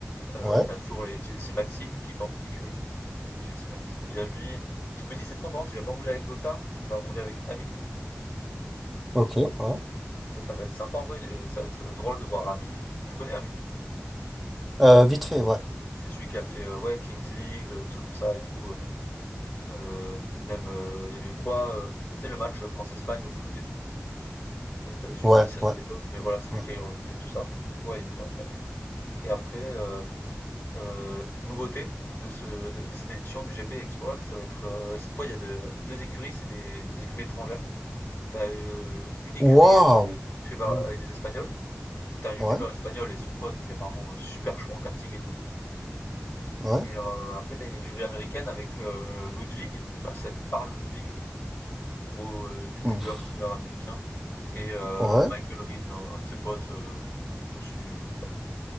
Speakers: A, on the left; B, in the centre.
A: Heu,
B: ouais,
A: tu toujours les JLC Maxim qui forment une écurie, heu, JLC Maxim Biaggi. Squeezie cette fois par contre il va pas rouler avec Gotha, il va rouler avec Amine.
B: ok, ouais.
A: Donc Ça, ça va être sympa en vrai, heu, ça va être drôle de voir Amine. Tu connais Amine?
B: Euh, vite fait, ouais,
A: C'est celui qui a fait, heu, ouais, Kings League, heu, trucs comme ça et tout, heu, heu, même, heu, il y avait eu quoi, heu, tu sais le match France-Espagne au foot et tout? Je sais pas si tu suivi
B: ouais,
A: ça à
B: ouais,
A: l'époque, mais voilà, c'est
B: ouais.
A: lui qui a organisé tout ça. Donc ouais, il court avec Amine et après, heu Heu, nouveauté de ce de de cette édition du GP Explorer, ça va être, heu, cette fois il y a de 2 écuries, c'est des des écuries étrangères. T'as as, une écurie,
B: Waouh!
A: heu, fait par
B: Oh,
A: avec des Espagnols, donc t'as un youtubeur
B: Ouais,
A: espagnol et son pote qui est apparemment, super chaud en karting et tout
B: ouais,
A: et heu, après t'as une écurie américaine avec, heu, Ludwig, je sais pas si ça te parle Ludwig? Gros, heu, youtubeur,
B: ouf,
A: streamer américain et heu,
B: ouais,
A: Michael Reeves, un un de ses potes, heu, aussi, heu, voilà.